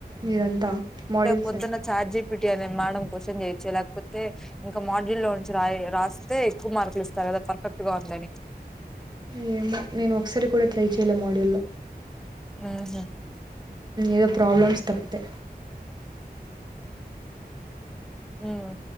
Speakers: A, on the right (about 25°); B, in the centre.
A: మీరంతా మాడ్యూల్
B: పొద్దున చాట్జీపీటి అనే మేడం క్వశ్చాన్ చేయొచ్చు లేకపోతే ఇంకా మాడ్యూల్ లో ఉంచి రాయి రా రాసి అయితే ఎక్కువ మార్కులు ఇస్తారు కదా పర్ఫెక్ట్ గా ఉందని
A: ఏమో నేను ఒకసారి కూడా ట్రై చేయలే మాడ్యూల్లో
B: ఉహూ
A: ఏదో ప్రాబ్లమ్స్ తప్పితే
B: ఉమ్